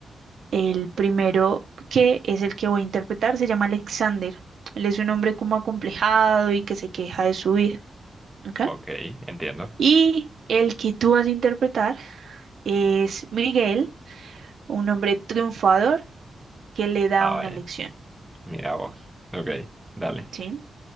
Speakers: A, on the right (about 60°); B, in the centre.
A: El primero que es el que voy a interpretar se llama Alexander. Él es un hombre como acomplejado y que se queja de su vida, ¿ok?
B: Ok, entiendo.
A: Y el que tú vas a interpretar es Miguel, un hombre triunfador que le da
B: Ah,
A: una
B: vaya.
A: lección,
B: Mira vos. Ok, dale.
A: ¿sí?